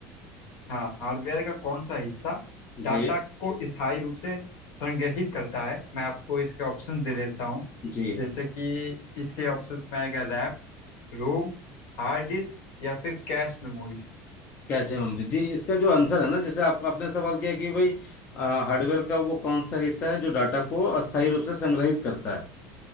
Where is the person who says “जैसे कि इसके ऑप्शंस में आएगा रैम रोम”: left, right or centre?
Left